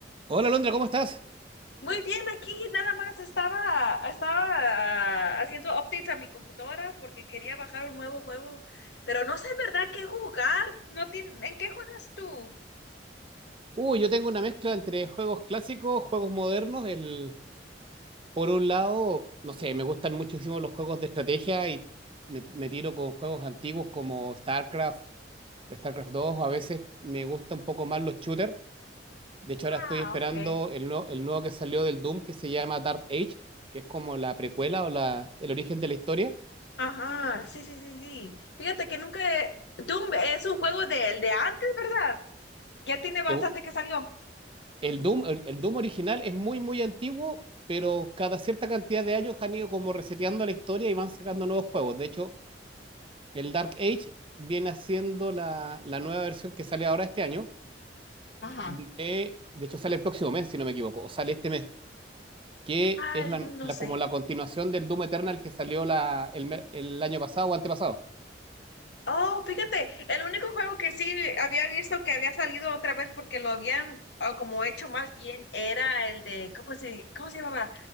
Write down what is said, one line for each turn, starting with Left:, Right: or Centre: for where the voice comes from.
Right: Hola Londra, ¿cómo estás?
Left: Muy bien, aquí nada más estaba, estaba haciendo updates a mi computadora porque quería bajar un nuevo juego, pero no sé en verdad qué jugar. No tiene, ¿en qué juegas tú?
Right: Uy, yo tengo una mezcla entre juegos clásicos, juegos modernos. El, por un lado, no sé, me gustan muchísimo los juegos de estrategia y me, me tiro con juegos antiguos como StarCraft, StarCraft dos. A veces me gusta un poco más los shooters. De hecho, ahora
Left: Ah,
Right: estoy esperando
Left: ok.
Right: el, nue- el nuevo que salió del Doom que se llama Dark Age, que es como la precuela o la, el origen de la historia.
Left: Ajá, sí, sí, sí, sí. Fíjate que nunca... he- Doom es un juego del de antes, ¿verdad? Ya tiene bastante
Right: Es,
Left: que salió.
Right: El Doom, el, el Doom original es muy, muy antiguo, pero cada cierta cantidad de años han ido como reseteando la historia y van sacando nuevos juegos. De hecho, el Dark Age viene haciendo la, la nueva versión que sale ahora este año.
Left: Ajá.
Right: De, de hecho, sale el próximo mes, si no me equivoco, o sale este mes, que
Left: Ah,
Right: es
Left: el
Right: la,
Left: Doom, no
Right: la-
Left: sé.
Right: como la continuación del Doom Eternal que salió la, el, me- el año pasado o antepasado.
Left: Oh, fíjate, el único juego que sí había visto que había salido otra vez porque lo habían ah, como hecho más bien era el de, ¿cómo se, cómo se llamaba?